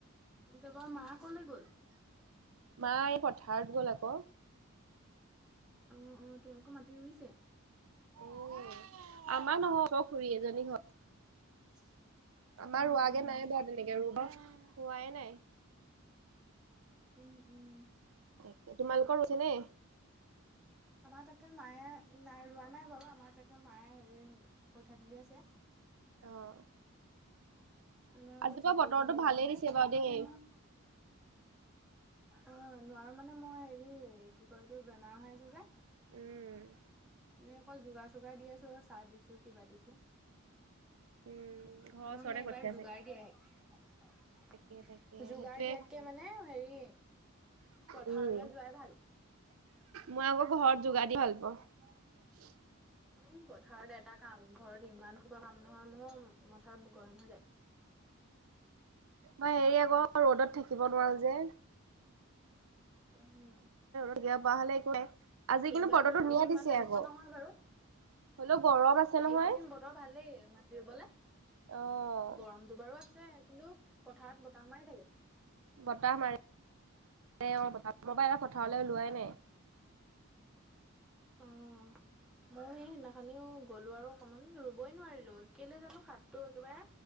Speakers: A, in the centre; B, on the right.
A: তাৰপৰা মা কলে গ'ল।
B: মা এই পথাৰত গ'ল আকৌ
A: উম উম তোমাৰ লোকৰ মাটি ৰুইছে।
B: উ আমাৰ নহও বাৰু খুৰী এজনী ঘৰত।
A: <inaudible>
B: আমাৰ
A: অ',
B: ৰোৱাগে
A: অ'।
B: নাই বাৰু তেনেকে ৰুব হোৱাই নাই।
A: উম, উম।
B: তাকে তোমালোকৰ ৰুইছে নে?
A: আমাৰ তাকে মায়ে নাই ৰোৱা নাই বাৰু আমাৰ তাকে মায়ে হেৰি কঠীয়া তুলি আছে।
B: অ,
A: মই
B: আজি
A: কঠীয়া
B: বাৰু
A: তুলিব
B: বতৰটো
A: নোৱাৰো
B: ভালেই
A: যে
B: দিছে
A: মে
B: বাৰু দেই।
A: মই অ নোৱাৰো মানে মই হেৰি কি কয় তো বেমাৰ হৈ আছো যে
B: উম।
A: আমি অকল যোগাৰ চোগাৰ দি আছোঁ আৰু চাহ দিছো, কিবা দিছো।
B: উম। ঘৰৰ
A: মইহে
B: ওচৰতে
A: এইবাৰ
B: কঠিয়াছে।
A: যোগাৰ দিয়াহে।
B: তাকে তাকে
A: যোগাৰ
B: সেইটোয়ে
A: দিয়াতকে
B: ভাল।
A: মানে হেৰি পথাৰলৈ
B: উম,
A: যোৱাই ভাল।
B: মই আকৌ ঘৰত যোগাৰ দি ভাল পাওঁ।
A: উম পথাৰত এটা কাম ঘৰত ইমান খোপা কাম নহয় মোৰ মথা গৰম হৈ যায়।
B: মই হেৰি আকৌ ৰ'দত থাকিব নোৱাৰো যে।
A: উম।
B: পোৱা হ'লে একো নাই আজি কিন্তু
A: এইবাৰ
B: বতৰটো ধুনীয়া
A: ইমান
B: দিছে
A: তেনেকুৱা
B: আকৌ।
A: নহয় বাৰু
B: হ'লেও গৰম আছে নহয়।
A: এইকেইদিন বতৰ ভাল মাটি ৰুবলে
B: অ',
A: গৰমতটো বাৰু আ ছে কিন্তু পথাৰত বতাহ মাৰি থাকে।
B: বতাহ মাৰে <unintelligible> অ', বতাহ <unintelligible> পথাৰলৈ ওলোৱাই নাই।
A: অ'। ময় সেই সেইদিনাখনিও গ'লো আৰু অকমান ৰুবই নোৱাৰিলো, কেলে জানো হাতটো একেবাৰে